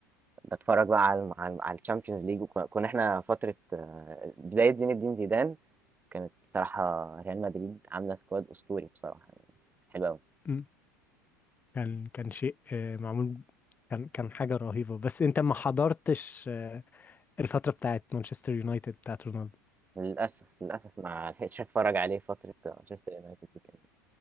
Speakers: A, on the right; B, on the left.
A: بتفرج بقى على على على الشامبيونز ليج وكنا احنا فتره آه، بدايه زين الدين زيدان كانت بصراحه ريال مدريد عامله سكواد اسطوري بصراحه يعني حلو قوي
B: مم. كان كان شيء آه، معمول كان كان حاجة رهيبة بس انت ما حضرتش آه، الفترة بتاعت مانشستر يونايتد بتاعت رونالدو
A: للاسف للاسف ما لحقتش اتفرج عليه فتره مانشستر يونايتد دي كانت